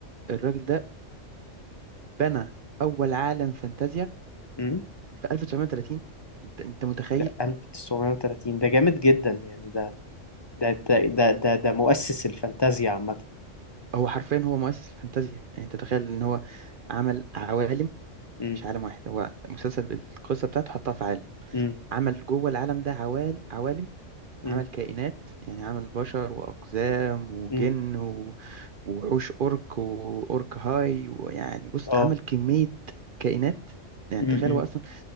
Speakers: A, on the right (about 55°); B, on the left (about 25°).
A: الراجل ده بنى اول عالم فانتازيا
B: امم.
A: في 1930 انت انت متخيل
B: ده 1930 ده جامد جدا يعني ده ده ده ده ده, ده مؤسس الفانتازيا عامة
A: هو حرفيا هو مؤسس الفانتازيا يعني انت تخيل ان هو عمل عوالم
B: امم
A: مش عالم واحد هو مسلسل القصه بتاعته حطها في عالم
B: امم
A: عمل جوه العالم ده عوال عوالم
B: امم
A: عمل كائنات يعني عمل بشر واقزام وجن
B: امم
A: و- ووحوش اورك واورك هاي ويعني بص
B: اه
A: عمل كميه كائنات يعني
B: امم
A: تخيل
B: امم
A: هو اصلا